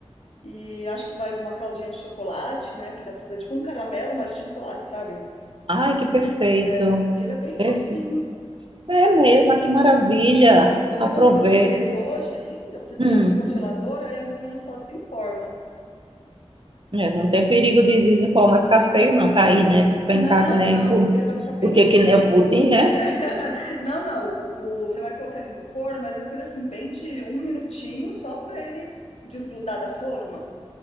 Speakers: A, on the left; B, on the right.
A: E acho que vai uma caldinha de chocolate, né? Que dá pra fazer tipo um caramelo, mas de chocolate, sabe?
B: Ai, que perfeito!
A: É, E ele é bem
B: Perfe-
A: facinho.
B: É mesmo, ah, que maravilha!
A: Se você
B: Aproveito.
A: conseguir fazer ele hoje ainda, você deixa
B: Hum.
A: ele no congelador, aí amanhã só desenforma.
B: É, não tem perigo de desinformar, ficar feio, não, cair, né? Despencar
A: Não,
B: que nem
A: não,
B: pudim.
A: porque ele vai ficar bem,
B: O que que nem
A: bem
B: o pudim, né?
A: <laughs> Não, não. O, o- você vai colocar ele no forno, mas é coisa assim, bem de um minutinho só pra ele desgrudar da forma.